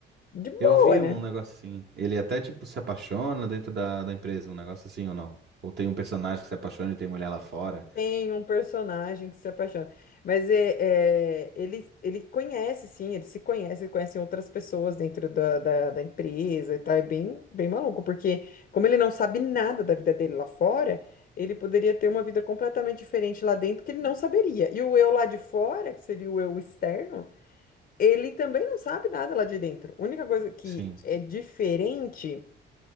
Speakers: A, on the left (about 50°); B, on the right (about 60°).
A: De
B: Eu
A: boa,
B: vi
A: né?
B: um negócio assim. Ele até, tipo, se apaixona dentro da, da empresa, um negócio assim ou não? Ou tem um personagem que se apaixona e tem mulher lá fora?
A: Tem um personagem que se apaixona. Mas é, é, ele, ele conhece, sim, ele se conhece, ele conhece outras pessoas dentro da, da, da empresa e tal. É bem, bem maluco, porque como ele não sabe nada da vida dele lá fora, ele poderia ter uma vida completamente diferente lá dentro que ele não saberia. E o eu lá de fora, que seria o eu externo, ele também não sabe nada lá de dentro. A única coisa que
B: Sim,
A: é diferente